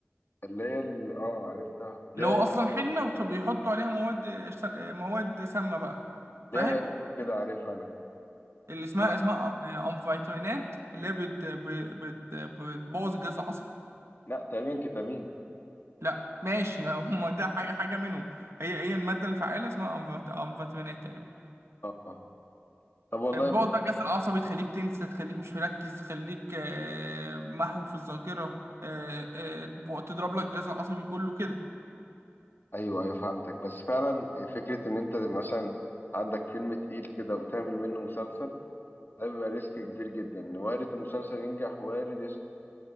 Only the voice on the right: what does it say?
اللي هو
اصلا حنة
وبيحطوا عليها مواد مواد سامة بقى
فاهم
اللي اسمها
اسمها آه، أمفيتامينات اللي هي بت ب- بت بتبوظ الجهاز العصبي
لا ماشي <laughs> هم ده حاجة حاجة منهم هي هي المادة الفعالة اسمها أمفت- أمفيتامينات تقريبا
بتبوظ
بقى الجهاز العصبي تخليك تنسى تخليك مش مركز تخليك آه، محو في الذاكرة آه، آه، تب- تضرب لك الجهاز العصبي كله كده